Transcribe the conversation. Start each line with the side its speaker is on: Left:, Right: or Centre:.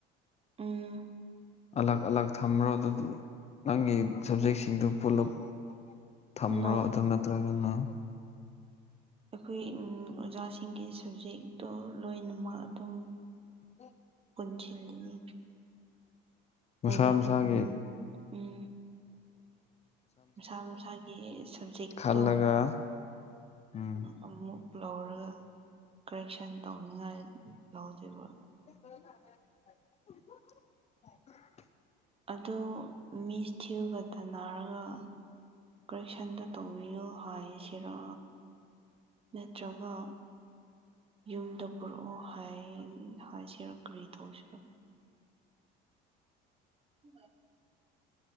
Right: ꯎꯝ
Left: ꯑꯂꯛ ꯑꯜꯂꯥꯛ ꯊꯝꯃ꯭ꯔꯣ ꯑꯗꯨ ꯅꯪꯒꯤ ꯁꯕꯖꯦꯛꯁꯤꯡꯗꯨꯣ ꯄꯨꯂꯞ ꯊꯝꯕ꯭ꯔꯣ
Right: ꯅꯣ
Left: ꯑꯗꯅꯠꯇ ꯀꯅꯣ
Right: ꯑꯩꯈꯣꯏ ꯑꯣꯖꯥꯁꯤꯡꯒꯤ ꯁꯕꯖꯦꯛꯇꯣ ꯂꯣꯏꯅꯃꯛ ꯑꯗꯨꯝ
Left: ꯎ
Right: ꯅꯤ
Left: ꯃꯁꯥ
Right: ꯍꯖ
Left: ꯃꯁꯥꯒꯤ
Right: ꯎ ꯎꯝ ꯃꯁꯥ ꯃꯁꯥꯒꯤ ꯁꯕꯖꯦꯛꯇꯣ
Left: ꯈꯜꯂꯒ ꯎꯝ
Right: ꯑꯃꯨꯛ ꯂꯧꯔꯒ ꯀꯔꯦꯛꯁꯟ ꯇꯧꯅꯤꯉꯥꯏ ꯂꯧꯖꯕ
Left: <unintelligible>
Right: ꯑꯗꯨ ꯃꯤꯁ ꯊꯤꯌꯨꯒ ꯇꯟꯅꯔꯒ ꯀꯔꯦꯛꯁꯟꯗ ꯇꯧꯕꯤꯌꯣ ꯍꯥꯏꯁꯤꯔꯥ ꯅꯠꯇ꯭ꯔꯒ ꯌꯨꯝꯗ ꯄꯨꯔꯛꯑꯣ ꯍꯥꯏꯖꯔꯛꯀ꯭ꯔꯤ ꯊꯧꯁꯤꯔ ꯎ